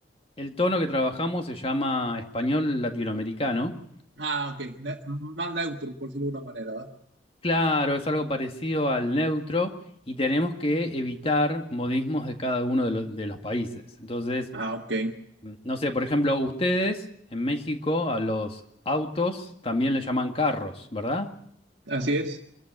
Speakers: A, on the left; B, on the right.
A: el tono que trabajamos se llama español latinoamericano.
B: Ah, ok, ne- más neutro, por decirlo de una manera, ¿verdad?
A: Claro, es algo parecido al neutro y tenemos que evitar modismos de cada uno de, lo- de los países. Entonces,
B: Ah, ok.
A: No sé, por ejemplo, ustedes en México a los autos también le llaman carros, ¿verdad?
B: Así es.